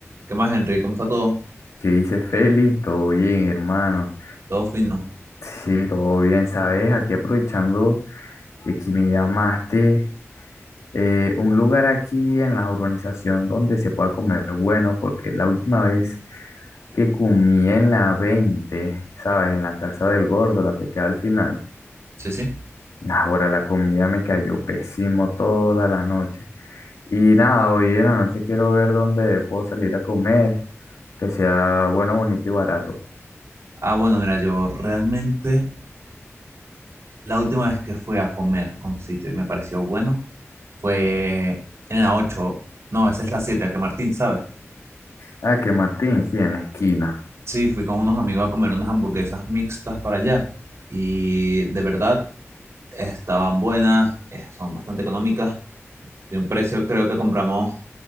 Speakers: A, on the right; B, on the left.
A: ¿Qué más, Henry? ¿Cómo está todo?
B: ¿Qué dice Feli? Todo bien, hermano.
A: ¿Todo fino?
B: Sí, todo bien, ¿sabes? Aquí aprovechando de que me llamaste, eh, un lugar aquí en la urbanización donde se pueda comer bueno, porque la última vez que comí en la veinte ¿sabes? En la casa del gordo, la que queda al final.
A: Sí, sí.
B: Ahora la comida me cayó pésimo toda la noche. Y nada, hoy en la noche quiero ver dónde puedo salir a comer, que sea bueno, bonito y barato.
A: Ah, bueno, mira, yo realmente la última vez que fui a comer a un sitio y me pareció bueno fue en la 8. No, esa es la 7, que Martín, ¿sabes?
B: Ah, que Martín, sí, en la esquina.
A: Sí, fui con unos amigos a comer unas hamburguesas mixtas para allá y de verdad estaban buenas, eh, son bastante económicas. De un precio creo que compramos